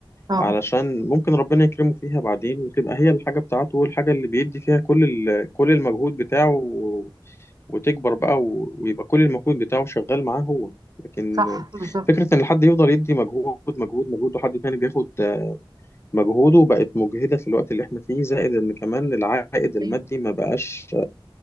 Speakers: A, on the right; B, on the left.
A: اه
B: علشان ممكن ربنا يكرمه فيها بعدين وتبقى هي الحاجة بتاعته والحاجة اللي بيدي فيها كل ال- كل المجهود بتاعه و- وتكبر بقى و- ويبقى كل المجهود بتاعه شغال معاه هو لكن
A: صح بالظبط
B: فكرة إن حد يفضل يدي مجهود مجهود مجهود وحد تاني بياخد مجهوده بقت مجهدة في الوقت اللي احنا فيه زائد إن كمان العائد المادي
A: ايوه
B: ما بقاش